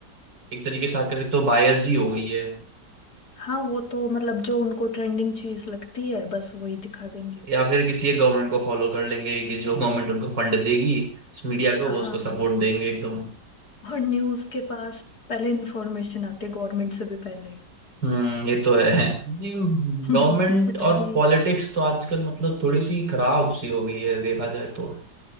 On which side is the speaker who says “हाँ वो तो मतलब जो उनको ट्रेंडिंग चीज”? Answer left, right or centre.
Left